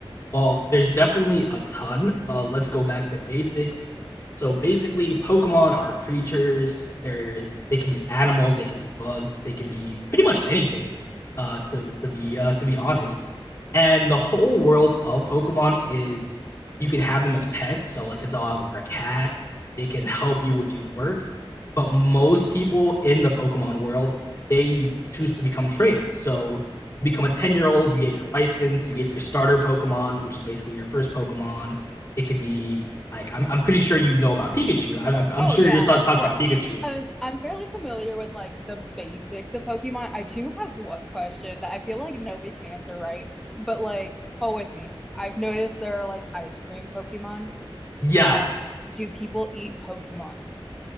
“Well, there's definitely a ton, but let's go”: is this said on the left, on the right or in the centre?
Left